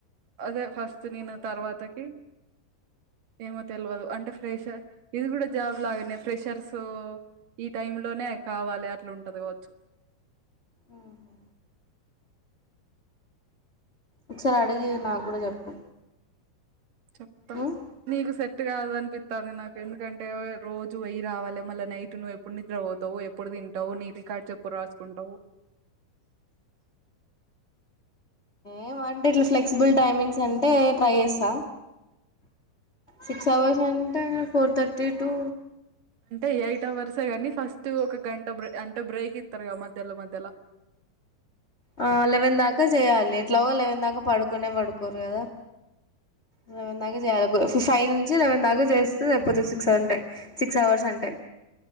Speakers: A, on the right (about 60°); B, on the left (about 35°).
A: అదే ఫస్ట్ నేను తర్వాతకి ఏమో తెలువదు అంటే ఫ్రెషర్ ఇది కూడా జాబ్ లాగనే ఫ్రెషర్స్ ఈ టైం లోనే కావాలి అట్లా ఉంటది కావచ్చు
B: మ్ హూ ఒకసారి అడిగి నాకు కూడా చెప్పు
A: చెప్తా
B: ఉమ్
A: నీకు సె ట్ కాదు అనిపిత్తాంది నాకు ఎందుకంటే రోజు వొయ్యి రావాలి మళ్లీ నైట్ నువ్వు ఎప్పుడు నిద్ర పోతావు ఎప్పుడు తిం టావు నీ రికార్డ్స్ ఎప్పుడు రాసుకుంటవు
B: ఏమో అంటే ఇట్లా ఫ్లెక్సిబుల్ టైమింగ్స్ అంటే ట్రై చేస్ స్తా సిక్స్ అవర్స్ అంటే ఫోర్ థర్టీ టూ
A: అంటే ఎయిట్ అవర్సే కాని ఫస్ట్ ఒక గంట బ్రే అం టే బ్రేక్ ఇత్తరుగా మధ్యల మధ్యల
B: ఆ లెవెన్ దాకా చేయాలి ఎట్లాగో లెవెన్ దాకా పడుకునే పడుకోరు కదా ఎలెవెన్ దాకా చేయాలి ఫైవ్ నుంచి లెవెన్ దాకా చేస్తే చెయిపోతే సిక్స్ అంటే సిక్స్ అవర్స్ అంటే